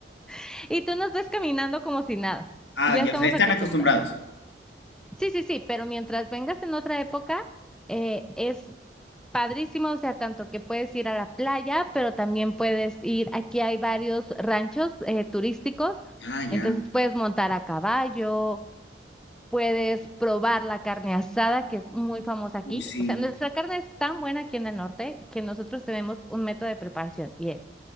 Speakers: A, in the centre; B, on the left.
A: <laughs> y tú nos ves caminando como si nada.
B: Ah,
A: Ya
B: ya,
A: estamos
B: o sea, están
A: acostumbrados.
B: acostumbrados.
A: Sí, sí, sí, pero mientras vengas en otra época, eh, es padrísimo, o sea, tanto que puedes ir a la playa, pero también puedes ir, aquí hay varios ranchos eh, turísticos,
B: Ah, ya.
A: entonces puedes montar a caballo, puedes probar la carne asada, que es muy famosa aquí.
B: Uy, sí.
A: O sea, nuestra carne es tan buena aquí en el norte que nosotros tenemos un método de preparación y es